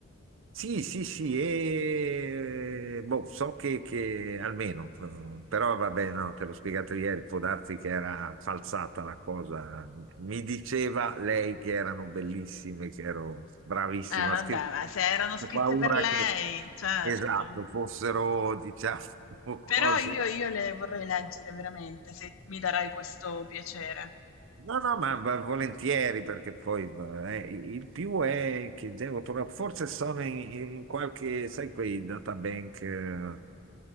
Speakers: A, on the right; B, on the left.
A: Sì, sì, sì, e boh, so che, che almeno, eh, però vabbè, no, te l'ho spiegato ieri, può darsi che era falsata la cosa. Mi diceva lei che erano bellissime, che ero bravissimo
B: Eh vabbè,
A: a scrivere.
B: ma se erano scritte
A: Ho paura
B: per lei,
A: che,
B: certo.
A: esatto, fossero, diciamo, <laughs> cose
B: Però io, io le vorrei leggere veramente, se mi darai questo piacere.
A: No, no, ma va- volentieri perché poi beh, eh, il più è che devo trovare, forse sono in, in qualche, sai, quei databank, eh,